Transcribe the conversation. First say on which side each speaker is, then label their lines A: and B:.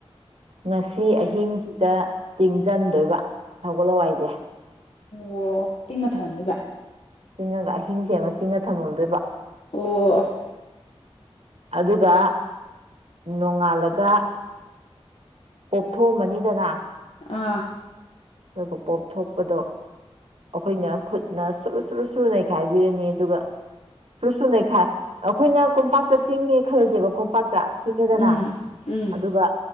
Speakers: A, on the right; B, on the left.
A: ꯉꯁꯤ
B: ꯎꯝ
A: ꯑꯍꯤꯡꯁꯤꯗ ꯇꯤꯡ ꯆꯟꯗꯣꯏꯕ ꯊꯒꯜ ꯍꯋꯥꯏꯁꯦ
B: ꯑꯣ ꯇꯤꯉ ꯊꯔ ꯑꯗꯨꯕ
A: ꯇꯤꯡꯉꯒ ꯑꯍꯤꯡꯁꯦ ꯑꯃ ꯇꯤꯡꯉ ꯊꯝꯃꯝꯗꯣꯏꯕ
B: ꯑꯣ
A: ꯑꯗꯨꯒ ꯅꯣꯡꯉꯥꯜꯂꯒ ꯑꯣꯣꯞꯊꯣꯛꯑꯝꯃꯅꯤ ꯗꯗꯥ
B: ꯑꯥ
A: ꯑꯗꯨꯒ ꯄꯣꯞ ꯊꯣꯛꯄꯗꯣ ꯑꯩꯈꯣꯏꯅ ꯈꯨꯠꯅ ꯁꯨꯔ ꯁꯨꯔꯨ ꯁꯨꯔ ꯅꯩꯈꯥꯏꯕꯤꯔꯅꯤ ꯑꯗꯨꯒ ꯁꯨ ꯁ ꯂꯩꯩꯈꯥꯏ ꯑꯩꯈꯣꯏꯅ ꯀꯣꯝꯄꯥꯛꯇ ꯇꯤꯡꯉꯦ ꯈꯜꯂꯁꯦꯕ ꯀꯣꯝꯄꯥꯛꯇ ꯇꯤꯡꯉꯦꯗꯅ
B: ꯎꯝ ꯎꯝ
A: ꯑꯗꯨꯒ